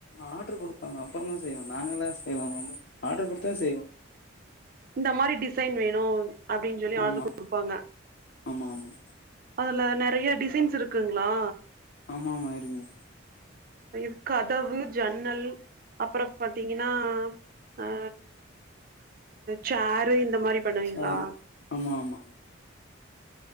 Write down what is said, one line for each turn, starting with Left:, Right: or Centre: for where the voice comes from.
Left: ஆட்ரு குடுப்பாங்க அப்புறந்தா செய்வோ நாங்கல்லா செய்யலா மாட்டோ ஆட்ரு குடுத்தா செய்வோ
Right: இந்த மாரி டிசைன் வேணு அப்டின் சொல்லி
Left: ஆமா
Right: ஆடரு குடுப்பாங்க
Left: ஆமா ஆமா
Right: அதுல நெறைய டிசைன்ஸ் இருக்குங்ளா
Left: ஆமாமா இருக்குங்
Right: இது கதவு ஜன்னல் அப்பறம் பாத்திங்கன்னா அ சேரு இந்த மாரி பண்ணுவீங்களா
Left: சேரு ஆமா ஆமா